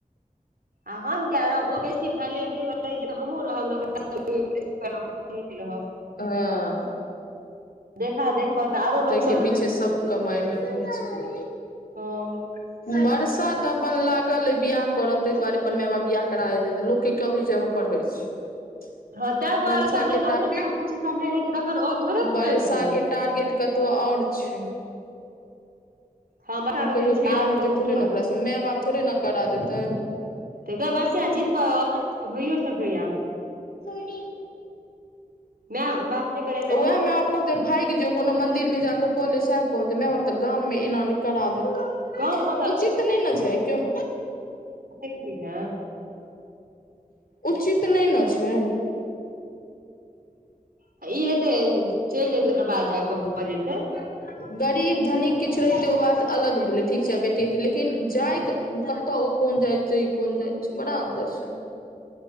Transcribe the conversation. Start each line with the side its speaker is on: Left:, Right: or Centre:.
Right: आ हम किया रहब ओ बेसी फैलट मे रहै छै तऽ हमूँ <unintelligible> रहब को क ह <inaudible>
Left: हँ
Right: देखा देख प तऽ आरो लोक
Left: ताहिके पीछे सभ कमाइमे रहै छै
Right: ह
Left: वर्षा तऽ अपन लागल अइ बियाह करत ताहि दुआरे अपन माय बाप बियाह करा देते तऽ लोकके कहै छै हम पढ़ै छी <inaudible>
Right: ताहि दुआरे
Left: वर्षा
Right: तऽ नहि
Left: के
Right: त ओकरोह चिक् <unintelligible> का नहि रहेतै तखन थोड़े
Left: वर्षाके
Right: करितै
Left: टारगेट कतहुँ आओर छै
Right: हँ बच्चा के
Left: कहियो
Right: तऽ छै
Left: बियाह
Right: आरो
Left: हेतै
Right: ओ
Left: थोड़े
Right: की करत
Left: ने ओकरासँ माय बाप थोड़े ने करा देतै
Right: तऽ बर्षा जीत भैयो सैक्या
Left: त <inaudible>
Right: माय बाप नहि करे तऽ
Left: ओएहमेपको
Right: लोक
Left: <unintelligible> भागि जो कोनो मंदिर मे जाकऽ कऽले सएह कहतै माय बाप तऽ गाम मे एना नहि करा देते
Right: गाँवमे
Left: उचित नहि ने छै कयो
Right: <unintelligible>
Left: उचित नहि ने छै
Right: ह ई हेतै चलि जेतै तकर बाद ज कऽ भऽ जेतै
Left: <inaudible> गरीब धनीक किछु रहितै ओ बात अलग भेलै ठीक छै आ बेटीतै लेकिन जाइत कतऽ ओ कोन जाइत जई कोन जाइ छै बड़ा अंतर छै